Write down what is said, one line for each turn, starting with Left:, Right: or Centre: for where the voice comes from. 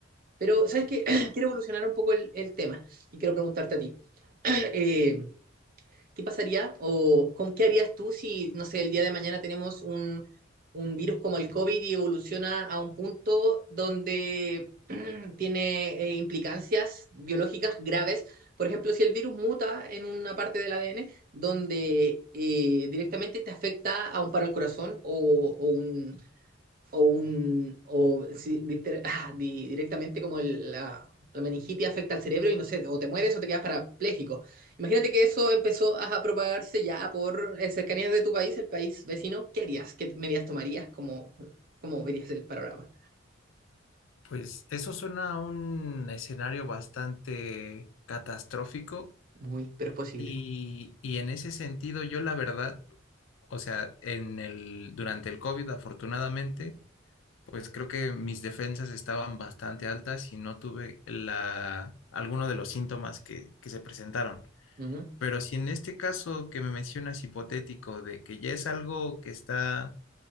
Right: Pero, ¿sabes qué? <clears throat> quiero evolucionar un poco el, el tema y quiero preguntarte a ti, <clears throat> eh, ¿qué pasaría o con qué harías tú si, no sé, el día de mañana tenemos un, un virus como el COVID y evoluciona a un punto donde <clears throat> tiene eh, implicancias biológicas graves? Por ejemplo, si el virus muta en una parte del ADN donde eh, directamente te afecta a un paro al corazón o, o un, o un o si diste- <laughs> ah, di- directamente como el- la, la meningitis afecta al cerebro y no sé, o te mueres o te quedas parapléjico. Imagínate que eso empezó a propagarse ya por eh, cercanías de tu país, el país vecino. ¿Qué harías? ¿Qué medidas tomarías? ¿Cómo, cómo verías el panorama?
Left: Pues eso suena a un escenario bastante catastrófico.
Right: Muy, pero es posible.
Left: Y, y en ese sentido, yo la verdad o sea, en el, durante el COVID, afortunadamente, pues creo que mis defensas estaban bastante altas y no tuve la, alguno de los síntomas que, que se presentaron.
Right: Ujú,
Left: Pero si en este caso que me mencionas hipotético de que ya es algo que está